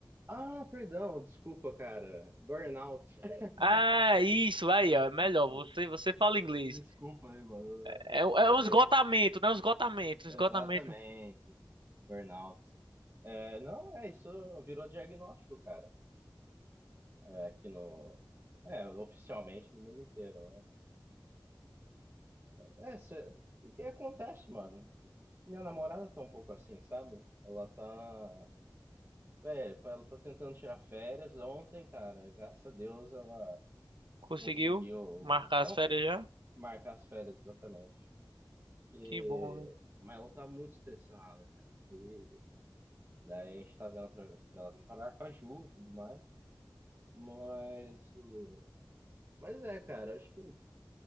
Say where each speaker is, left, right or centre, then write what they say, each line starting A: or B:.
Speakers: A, on the right; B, on the right.
A: Ah, perdão, desculpa, cara. Burnout. <laughs>
B: Ah, isso aí, ó. É melhor. Você, você fala inglês.
A: Desculpa aí, mano. Eu
B: É, um-
A: demorei.
B: é um esgotamento,
A: pra-
B: né? Um esgotamento, um
A: Exatamente.
B: esgotamento.
A: Burnout. É, não, é, isso virou diagnóstico, cara. É, Aqui no. É, oficialmente no mundo inteiro, né? É, cê- porque acontece, mano. Minha namorada tá um pouco assim, sabe? Ela tá. Velho, ela tá tentando tirar férias. Ontem, cara, graças a Deus ela
B: Conseguiu
A: conseguiu
B: marcar
A: não
B: as férias já?
A: marcar as férias exatamente. E...
B: Que bom, velho.
A: Mas ela tá muito estressada, cara. E daí a gente tá vendo pra, pra ela vir parar com a Ju e tudo mais. Mas. o- Mas é, cara, acho que